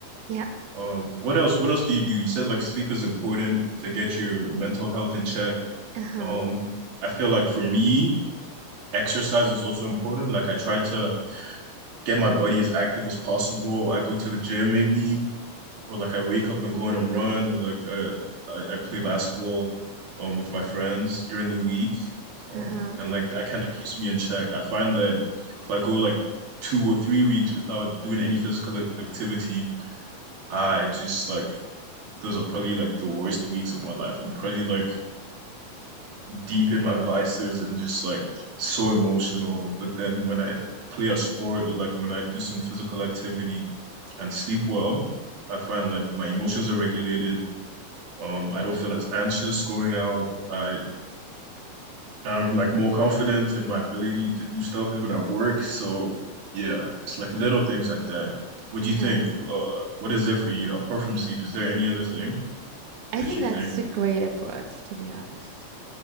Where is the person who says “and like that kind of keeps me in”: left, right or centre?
Right